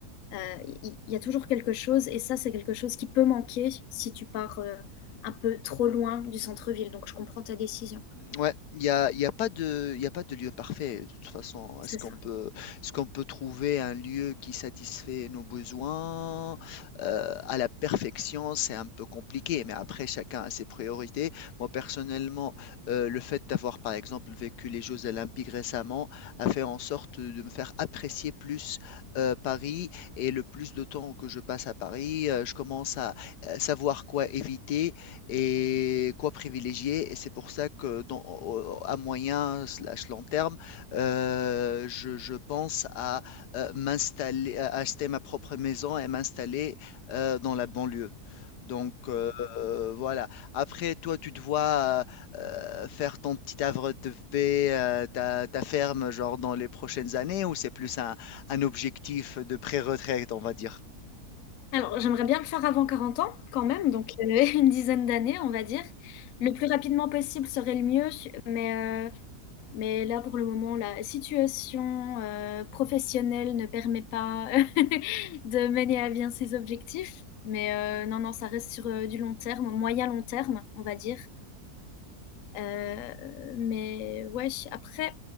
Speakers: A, on the left; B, on the left.
A: euh, Il il y, a toujours quelque chose, et ça, c'est quelque chose qui peut manquer si tu pars euh, un peu trop loin du centre-ville. Donc, je comprends ta décision.
B: Ouais, il n'y a, il y a pas de, il y a pas de lieu parfait. De toute façon,
A: C'est
B: est-ce qu'on
A: ça.
B: peut, est-ce qu'on peut trouver un lieu qui satisfait nos besoins euh, à la perfection? C'est un peu compliqué, mais après, chacun a ses priorités. Moi, personnellement, euh, le fait d'avoir, par exemple, vécu les Jeux Olympiques récemment a fait en sorte de me faire apprécier plus euh, Paris et le plus de temps que je passe à Paris, euh, je commence à euh, savoir quoi éviter et quoi privilégier. Et c'est pour ça que dans- au- à moyen slash long terme, euh, je, je pense à euh, m'installer, à acheter ma propre maison et m'installer euh, dans la banlieue. Donc euh, euh, voilà. Après, toi, tu te vois euh, euh, faire ton petit havre de paix, euh, ta, ta ferme, genre dans les prochaines années, ou c'est plus un, un objectif de pré-retraite, on va dire?
A: Alors, j'aimerais bien le faire avant 40 ans, quand même, donc euh, <laughs> une dizaine d'années, on va dire. Le plus rapidement possible serait le mieux, mais, euh, mais là, pour le moment, la situation euh, professionnelle ne permet pas <laughs> de mener à bien ses objectifs. Mais euh, non, non, ça reste sur euh, du long terme, moyen-long terme, on va dire. Euh, mais ouais, après,